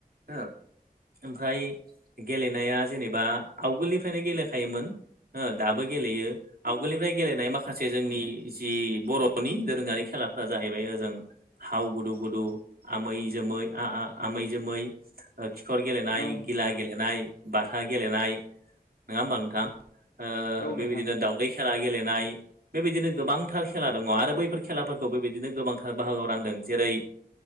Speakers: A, on the right (about 70°); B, on the left (about 85°).
A: हो ओमफ्राय गेलेनाया जेनेबा आवगोलनिफ्रायनो गेलेखायोमोन हो दाबो गेलेयो। आवगोलनिफ्राय गेलेनाय माखासे जोंनि जि बर'नि दोरोङारि खेलाफ्रा जाहैबाय ओजों हाव गुदु गुदु आम जोमै आ-आ आमै जोमै ओ खिखर गेलेनाय
B: ओं
A: गिला गेलेनाय बाथा गेलेनाय नङा होमबा नोंथां हो
B: औ
A: बेबायदिनो
B: नोंथां औ नोंथां
A: दावदै खेला गेलेनाय बेबायदिनो गोबांथार खेला दङ आरो बेफोरखौ मेलाफोरखौ बेबायदिनो गोबांथार बाहागोआव रानदों जेरै